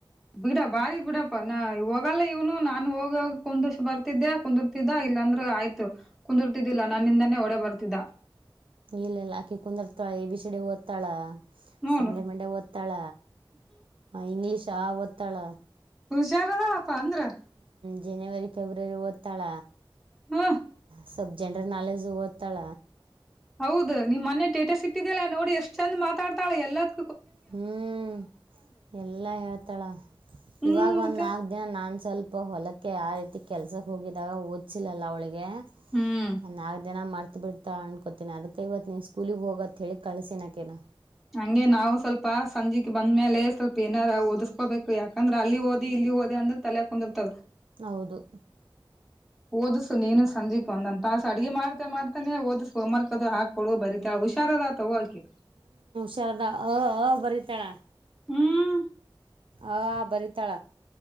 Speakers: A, in the centre; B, on the right.
A: ಬಿಡ ಬಾರಿ ಬಿಡಪ್ಪ ನ ಹೋಗಲ್ಲ ಇವ್ನು ನಾನು ಹೋಗ ಕುಂದ ಬರ್ತಿದ್ದೆ ಕುಂದಿರ್ತಿದ್ದ ಇಲ್ಲಾಂದ್ರ ಆಯ್ತು ಕುಂದಿರ್ತಿದ್ದಿಲ್ಲಾ ನನ್ನಿಂದಾನೇ ಓಡೆ ಬರ್ತಿದ್ದ
B: ಇಲ್ಲಲ್ಲ ಆಕಿ ಕುಂದಿರ್ತಾಳೆ ಅಬ್ಚ್ಡ್ ಓದ್ತಾಳ
A: ನೋಡು
B: ಸಂಡೆ ಮಂಡೆ ಒತ್ತಳ ಇಂಗ್ಲಿಷ್ ಚಾಒತಾಳ
A: ಹುಷಾರದಳ ಹಪ್ಪ ಅಂದ್ರ <unintelligible>
B: ಜನವರಿ ಫೆಬ್ರವರಿ ಓದ್ತ್ತಾಳ
A: ಹ್ಮ್
B: ಸಬ್ ಜನರಲ್ ನಾಲೆಜ್ ಓತಾಳ
A: ಹೌದು ನೀ ಮೊನ್ನೆ ಸ್ಟೇಟಸ್ ಇಟ್ಟಿ ಅಲಾ ನೋಡಿನಿ ಎಷ್ಟ ಚಂದ ಮಾತಾಡ್ತಳ ಎಲ್ಲದ
B: ಹ್ಮ್ ಎಲ್ಲಾ ಹೇಳ್ತಾಳ
A: ಹ್ಮ್
B: ಇವಾಗ ಒಂದ್
A: ಮತ್ತೆ
B: ನಾಲ್ಕ್ ದಿನ ನಾನ್ ಸ್ವಲ್ಪ ಹೊಲಕ್ಕೆ ಆಯ್ತು ಕೆಲ್ಸಕ್ ಹೋಗಿದಾಗ ಓದಸಿಲ ಅವಳಿಗೆ ಏ
A: ಹ್ಮ್
B: ನಾಲ್ಕು ದಿನ ಮಾಡ್ತೀನಿ ಅತ ಬಿಡ್ತಾ ಅನ್ಕೋತೇನೆ ಅದಕ್ಕೈ ಇವತ್ ನೀನ್ ಸ್ಕೂಲಿಗೆ ಹೋಗತ್ ಹೇಳಿ ಕಳ್ಸಿನಕೇನಾ ಅಕಿನ
A: ಹಂಗೆ ನಾವು ಸ್ವಲ್ಪ ಸಂಜೆೆಗೆ ಬಂದ್ಮೇಲೆ ಸ್ವಲ್ಪ ಏನಾರ ಓದ್ಕೋಬೇಕು ಯಾಕಂದ್ರೆ ಅಲ್ಲಿ ಓದಿ ಇಲ್ಲಿ ಓದಿ ಅಂದ್ರೆ ತಲೆ ಕುಂದಿರ್ತದ
B: ಹೌದು
A: ಓದ್ಸು ನೀನು ಸಂಜೆ ಒಂದಂದ ತಾಸ ಅಡ್ಗೆಿ ಮಾಡ್ತೆ ಮಾಡ್ತಾನನೆ ಓದ್ ಹೋಮವರ್ಕ್ ಅದು ಹಾಕ ಕೊಡು ಬರೀತಾಳ ಅಕಿ ಹುಷಾರ ಅದಾಳ ತಗೋ ಅಕಿ ಕೆ
B: ಶಾರದ ಅ ಅ ಬರೀತಾಳ.
A: ಹ್ಮ್
B: ಅ ಆ ಬರಿತಳ